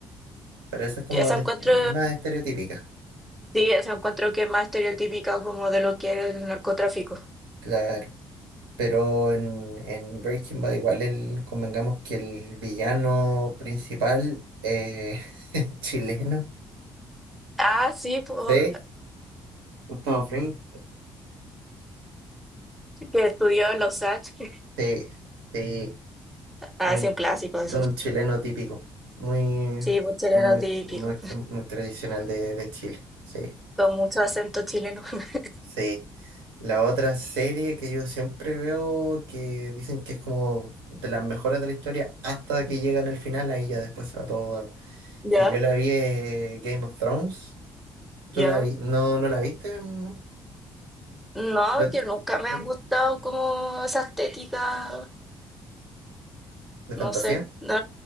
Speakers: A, on the right; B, in the centre.
A: pero esa es como
B: que esa
A: del est-
B: encuentro,
A: más estereotípica,
B: sí, esa encuentro que es más estereotípica como de lo que es el narcotráfico.
A: claro. Pero en, en Breaking Bad igual el, convengamos que el villano principal eh, <laughs> chileno.
B: Ah, sí, pues,
A: Sí, Gustavo Fring.
B: que estudió en Los Ángeles. <laughs>
A: Sí, sí. Un,
B: Ah, sí, un clásico eso.
A: un chileno típico, muy,
B: Sí, pues era
A: muy,
B: típico.
A: muy, com- muy tradicional de, de Chile. Sí,
B: con mucho acento chileno. <laughs>
A: sí. La otra serie que yo siempre veo que dicen que es como de las mejores de la historia hasta que llegan al final, ahí ya después se va todo.
B: Ya,
A: Que yo la vi eh, Game of Thrones. ¿Tú
B: ya.
A: la vi? No, no la viste, ¿no?
B: No,
A: Pero-
B: que nunca me
A: eh,
B: han gustado como esa estética,
A: de
B: no
A: fantasía,
B: sé. No,